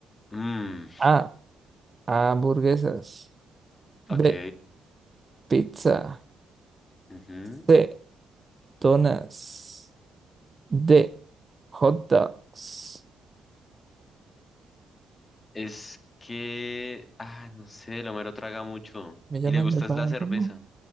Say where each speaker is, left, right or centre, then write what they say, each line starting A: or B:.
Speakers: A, on the left; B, on the right.
A: Mm,
B: A, hamburguesas. B,
A: ok.
B: pizza.
A: ujú.
B: C, donas. D, hot dogs.
A: Es que, ah, no sé, el Homero traga mucho.
B: Me llaman
A: Y le gusta
B: el vagabundo
A: es la cerveza.